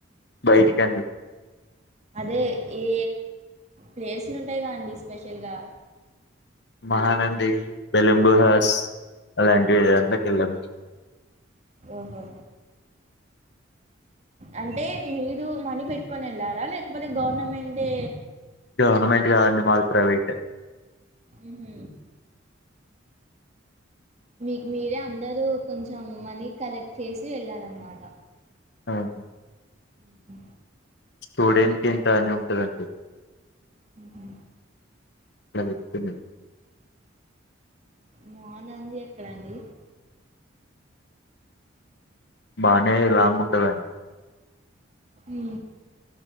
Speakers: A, on the left; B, on the right.
A: బైటికండి
B: అది ఈ ప్లేసులుంటాయి గా అండి స్పెషల్గా
A: మహానంది బెలంబుహాస్ అలాంటివి ఎంద కెళ్ళం
B: ఓహో అంటే మీరు మనీ పెట్టుకొని వెళ్ళారా లేకపోతే గవర్నమెంటే
A: గవర్నమెంట్ గాదండి మాది ప్రైవేట్
B: ఊహు మీకు మీరే అందరూ కొంచెం మనీ కలెక్ట్ చేసి వెళ్ళారన్మాట
A: ఆహు
B: ఊహు
A: స్టూడెంట్ కింతా అని ఉంటదండి
B: ఉహూ
A: ప్రభుత్వ మిల్
B: మానంది ఎక్కడండి
A: మానే రాంగుంటదన్
B: ఊ